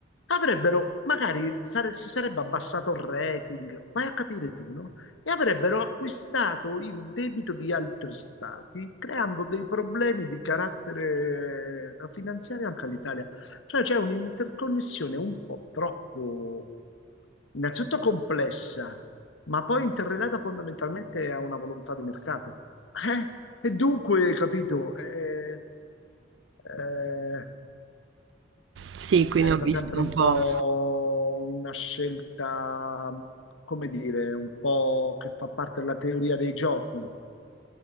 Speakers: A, on the left (about 90°); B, on the right (about 75°).
A: Avrebbero, magari sare- si sarebbe abbassato il rating, vai a capire tu, no? E avrebbero acquistato il debito di altri stati, creando dei problemi di carattere eh, finanziario anche all'Italia. Cioè c'è un'interconnessione un po' troppo, innanzitutto complessa, ma poi interrelata fondamentalmente a una volontà di mercato. Eh? E dunque, capito, eh, eh,
B: Sì, quindi
A: diventa
B: ho visto
A: sempre
B: un
A: un
B: po'.
A: po' una scelta, come dire, un po' che fa parte della teoria dei giochi,